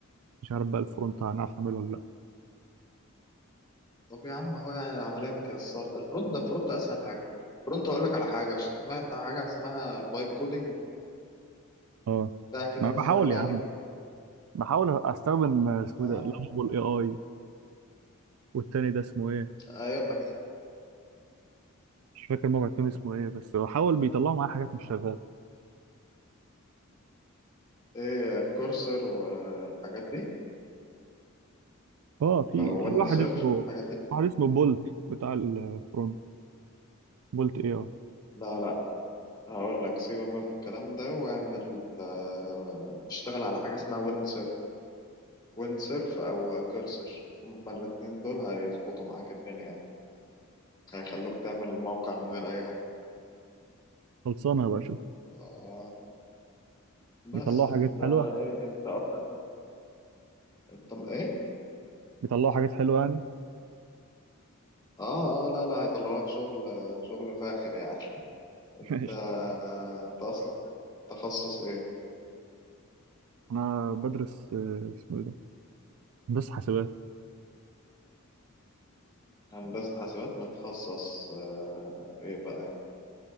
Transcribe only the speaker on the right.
مش عارف بقى الفرونت هنعرف نعمله ولا لا
اه
ما انا
بحاول
يا عم
بحاول استخدم اسمه
إيه ده لافبول اي اي والتاني ده اسمه ايه
مش فاكر الموقع التاني اسمه ايه بس بحاول بيطلعوا معايا حاجات مش شغاله
اه في في
واحد
اسمه
واحد اسمه بولت بتاع الفرونت بولت اي اي
خلصانه بقى شوف
بيطلعوا
حاجات حلوه
بيطلعوا حاجات حلوه يعني
<laughs>
انا بدرس آه، اسمه ايه ده بس حسابات